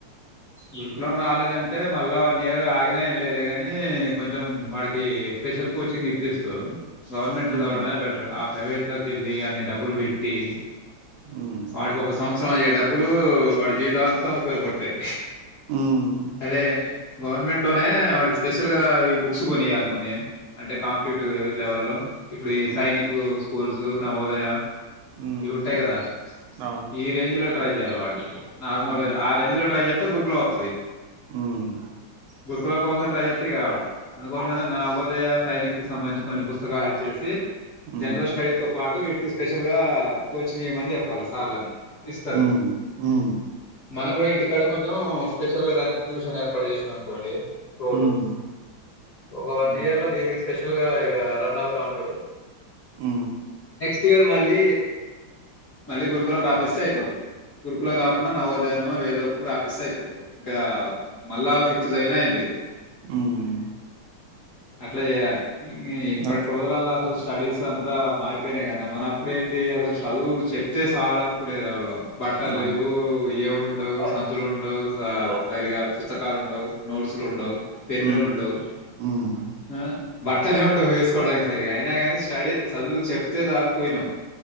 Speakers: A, on the left; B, on the right.
A: గురుకులం రాలేదంటే మళ్ళా వన్ ఇయర్ ఆగినా ఏంలేదులే కానీ కొంచెం వాడికి స్పెషల్ కోచింగ్ ఇప్పిస్తూ, గవర్మెంట్లో
B: హ్మ్.
A: చదవడనే బెటరు అప్ ప్రైవేట్ లోకెళ్ళి అన్ని డబ్బులు పెట్టి
B: హ్మ్.
A: వాడికోక సంవత్ సంవత్సరం అయ్యే డబ్బులు వాడి జీవితాంతం ఉపయోగపడతాయి.
B: హ్మ్.
A: అదే గవర్నమెంట్లోనే వాడికి స్పెషల్గా ఈ బుక్స్ కొనియాలి కొన్ని అంటే కాంపిటేటివ్ లెవెల్లో ఇప్పుడు ఈ
B: హ్మ్.
A: సైనిక్ స్కూల్స్ జు నవోదయ
B: హ్మ్.
A: ఇవుంటాయి కదా
B: అవును.
A: ఈ రేంజ్ లో ట్రై జేయాల వాడికి నార్మల్గా
B: హ్మ్.
A: ఆ రెంజ్ లో ట్రై చేత్ త్తె గురుకులం వత్తది
B: హ్మ్
A: గురుకుల కోసం ట్రై జెతే ఇగా అందుకోసమే నేన్ నవొదే ఉదయ సైనిక్ కు సంబంధించి కొన్ని పుస్తకాలు ఇచ్చేసి
B: హ్మ్.
A: జనరల్ స్టడీతో పాటు వీట్ ఇగ స్పెషల్ గా కోచింగ్ ఇయ్యమని చెప్పాలి సార్లని ఇస్తారు
B: ఉ ఉ
A: మనం కూడా ఇంటికాడక్ కొంచెం స్పెషల్ గా దానికి ట్యూషన్ ఏర్పాటు చేసిన అనుకోండి రోజు
B: హ్మ్.
A: ఒక వన్
B: హ్మ్.
A: ఇయర్ లో దీనికి స్పెషల్ గా ఇగ రన్ అవుతా ఉంటడు
B: ఉ
A: నెక్ట్స్ ఇయరు మళ్ళీ మళ్ళీ గురుకులం రాపిస్తే అయిపోతది గురుకులం కాకుండా నవోదయనో ఏదో ఒకటి రాపి మిస్ అయిపోతది ఇంకా మల్ల ఫిఫ్త్ చదివిన ఏం లేదు
B: హ్మ్.
A: అట్లా చేయాలి ఈ ఇప్పటి
B: అ!
A: రోజులలో అస స్టడీస్ అంతా మారిపోయిన కదా అన్న మన అప్పుడు ఏంది అసలు చదువు చెప్తే చాలు అనుకునే వాళ్ళం బట్టలు
B: ఆ!
A: లేవు ఏం గొం వుండవ్ బుక్కులు ఉండవచ సా సరిగ్గా పుస్తకాలు కూడా ఉండవ్ నోట్స్ లు ఉండవ్
B: హ్మ్.
A: పెన్నులు ఉండవ్
B: హ్మ్.
A: హ బట్టలే ఉండవు వేసుకోవడానికి సరీగ అయినా కాని స్టడీ చదువు చెప్ ఇత్తే జాలు పోయినామ్